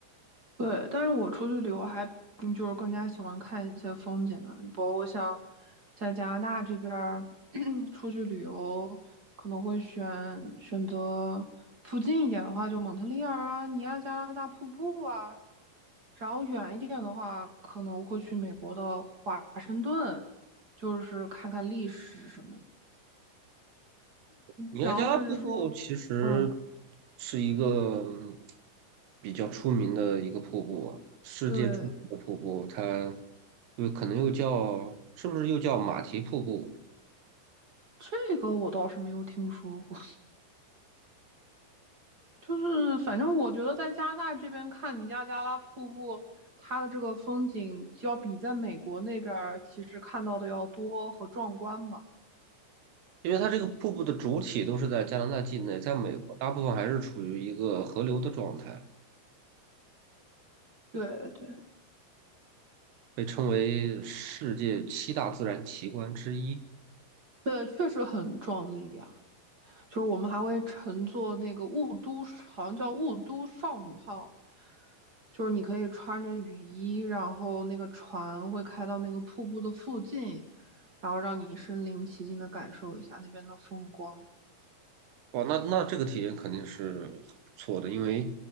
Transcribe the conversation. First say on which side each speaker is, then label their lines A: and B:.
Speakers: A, on the right (about 45°); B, on the right (about 70°).
A: 对，但是我出去旅游还嗯就是更加喜欢看一些风景啊，包括像在加拿大这边儿 <clears throat> <coughs> 出去旅游，可能会选选择附近一点的话，就蒙特利尔啊、尼亚加拉大瀑布啊，然后远一点的话，可能会去美国的华盛顿，就是看看历史什么。
B: 尼亚加拉瀑布其实
A: 然后甚至说，嗯，
B: 是一个嗯比较出名的一个瀑布啊，世界著名的瀑布，
A: 对，
B: 它就可能又叫是不是又叫马蹄瀑布？
A: 这个我倒是没有听说过。就是反正我觉得在加拿大这边看尼亚加拉瀑布，它的这个风景就要比在美国那边儿其实看到的要多和壮观嘛。
B: 因为它这个瀑布的主体都是在加拿大境内，在美国大部分还是处于一个河流的状态，
A: 对对。
B: 被称为世界七大自然奇观之一。
A: 对，确实很壮丽啊！就是我们还会乘坐那个雾都，好像叫雾都少女号，就是你可以穿着雨衣，然后那个船会开到那个瀑布的附近，然后让你身临其境的感受一下那边的风光。
B: 哦，那那这个体验肯定是很不错的，因为